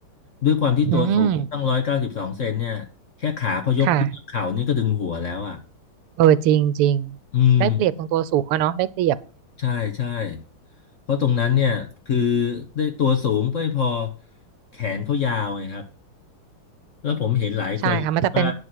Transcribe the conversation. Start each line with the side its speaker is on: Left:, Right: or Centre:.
Left: ด้วยความที่ตัวสูงตั้งร้อยเก้าสิบสองเซนเนี่ยแค่ขาเขายกขึ้นจากเข่านี่ก็ดึงหัวแล้วอ่ะ
Right: อืมค่ะเออจริงจริง
Left: อืม
Right: ได้เปรียบตรงตัวสูงอะเนาะได้เปรียบ
Left: ใช่ใช่เพราะตรงนั้นเนี่ยคือได้ตัวสูงไม่พอแขนเขายาวไงครับแล้วผมเห็นหลายคนว่า
Right: ใช่ค่ะมันจะเป็น